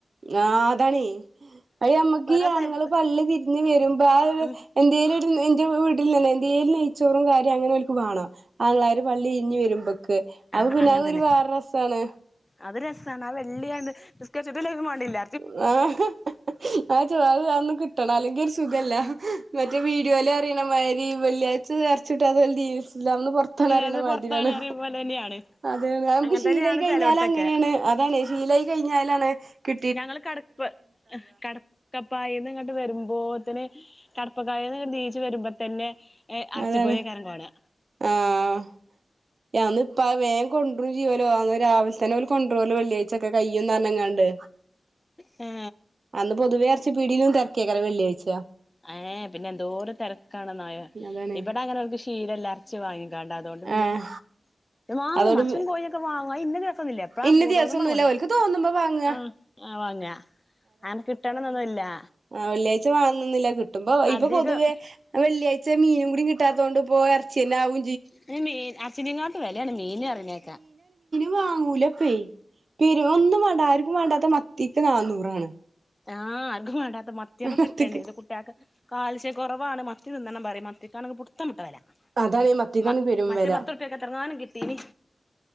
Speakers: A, on the right (about 60°); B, on the left (about 20°).
A: ആ അതാണേ അഹ് നമ്മക്ക്
B: ഓരോ
A: ഈ ആണുങ്ങള്
B: സ്ഥലത്ത്
A: പള്ളി വിരുന്നിന് വരുമ്പ ഒരു
B: ഉം
A: എന്തേലും ഒരു നിമ് <unintelligible> വിടില്ലെന്നേ എന്തേലും നെയ്‌ച്ചോറും കാര്യം അങ്ങനെ ഓൽക് വേണ അല്ലാര് പള്ളീഞ്ഞു വരുമ്പക്ക് അഉപിന്നെ
B: ആഹ് അങ്ങനെ
A: അഒരു
B: തന്നെ
A: വേറെരസാണ്
B: അത് ര സാണ് അഹ് വെള്ളിയാണ് നിസ്‌കെ ര്ച്ചിട്ടുല്ലേ മാണ്ടില്ല
A: <unintelligible> ന്നാല്ലെങ്കി ഒരു സുഖല്ല ങ്ഹ് മറ്റേ വീഡിയോല് അരയണ മാരി വെള്ളിയാഴ്ച ഏർച്ചി ട്ടാഞ്ഞാദീനി സ്ലാമിന്ന് പൊർത്താണ് പറയണ
B: അത്
A: മാതിരി
B: പൊറത്താണ്
A: ആണ്
B: പറയും പോലെ തന്നെയാണ്
A: അതെ നമ്ക്ക്
B: അങ്ങനെ
A: ശീലായി
B: തന്നെയാണ്
A: കഴിഞ്ഞലങ്ങനേണ്
B: ചെലോടത്തൊക്കെ
A: അതാണ് ശീലായി കഴിഞ്ഞാലാണ് കി
B: ഞങ്ങള് കെടപ്പ് ങ്ഹ് കെടക്കപ്പായേന്ന് ഇങ്ങാട്ട് വരുമ്പോ ഓത് നെ കെടപ്പ് പ്പകയെന്ന് ന്നീച്ച് വരുമ്പ തന്നെ അറച്ചിപ്പൊരിയേക്കാരം
A: അതെന്നെ
B: കാണാ
A: ആഹ് യാന്ന് പ്പ വേമ് കൊണ്ടുരൂല്ലോ അങ്ങ് രാവിൽതെന്നെ വല് കൊണ്ടോര്ല് വെള്ളിയാഴ്ച ക്ക കഴിയുംന്നർഞ് ങ്ങാണ്ട്
B: ഹേ
A: അന്ന് പൊതുവേ അ പീടിലും തെര്കായ്കാരം വെള്ളിയാഴ്ച
B: ഏ പിന്നെ എന്തോരം തരം കാണാന്നായ
A: അതാണ്
B: ഇവട അങ്ങനോൽകി ഷ് ഹീലെല്ലാർച്ച് വാങ്ങിക്കണ്ട് അതോണ്ട് പിന്നെ
A: ആഹ്
B: വാങ്ങും
A: അതോണ്ട്
B: അറ്ച്ചീം കോയൊക്കെ വാങ്ങ അഅ് ഇന്ന ദിവസൊന്നുല്ല എപ്പ
A: ഇന്ന
B: തോന്നുമ്പാണ്ട്വേണ്ടത്
A: ദിവസൊന്നുല്ല ഓൽക്ക് തോന്നുമ്പോ വാങ്ങ
B: ആ ആ കിട്ടണംന്നൊന്നുല്ലാ
A: ആ വെള്ളിയാഴ്ച വാണന്നൊന്നു ഇപ്പോ ഇപ്പ
B: അധികം
A: പൊതുവേ വെള്ളിയാഴ്ച മീനും കൂടി കിട്ടാത്തോണ്ട് പ്പൊ എർച്ച്യന്നവും
B: പിന്നെ മീൻ അ ർച്ചിനെങ്ങാട്ട് വെലേണ് മീനി ന് പർഞ്ഞേക്കാം
A: വാങ്ങൂലപ്പേയ് പിരിവൊന്നും വാണ്ട ആർക്കും വാണ്ടാത്ത മത്തിക്ക് നാന്നൂറാണ്
B: ആ ആർക്കും മാണ്ടാത്ത മത്ത്യൊക്കെ
A: മത്തിക്ക്
B: കിട്ടണ്ടേ ഇത് കുട്ട്യക്ക് കാൽഷ്യ കൊറവാണ് മ ത്തി നിന്നണ്ണം പറിം മത്തി ക്കാണെങ്കി പുട്ത്തം വിട്ട വെല
A: അതാണ് ഈ മത്തിക്കാണ്
B: മ
A: പെരും
B: മറ്റേ
A: വെല
B: പത്തൂർപ്പ്യക്ക് എത്രഞാനും കിട്ടിനി